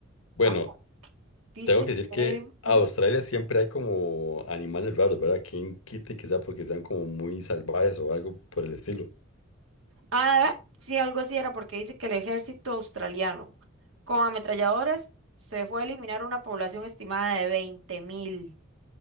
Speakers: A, on the left; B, on the right.
A: Bueno,
B: Vamos. a- Dice
A: tengo que decir que
B: que...
A: a
B: ujú.
A: Australia siempre hay como animales raros, ¿verdad? ¿Quién quite que sea porque sean como muy salvajes o algo por el estilo?
B: Ah, sí, algo así era porque dice que el ejército australiano con ametralladores se fue a eliminar una población estimada de 20.000